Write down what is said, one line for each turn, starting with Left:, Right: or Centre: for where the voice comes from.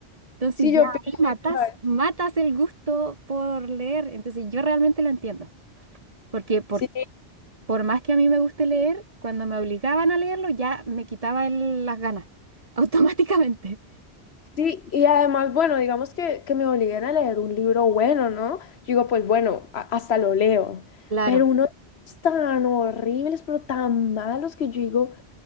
Right: Entonces
Left: sí, yo
Right: ya
Left: pienso
Right: ahí matas,
Left: igual.
Right: matas el gusto por leer. Entonces yo realmente lo entiendo, porque por,
Left: sí,
Right: por más que a mí me guste leer, cuando me obligaban a leerlo ya me quitaba el- las ganas <laughs> automáticamente.
Left: Sí, y además, bueno, digamos que, que me obliguen a leer un libro bueno, ¿no? Yo digo, pues bueno, a- hasta lo leo,
Right: Claro,
Left: pero unos tan horribles, pero tan malos que yo digo,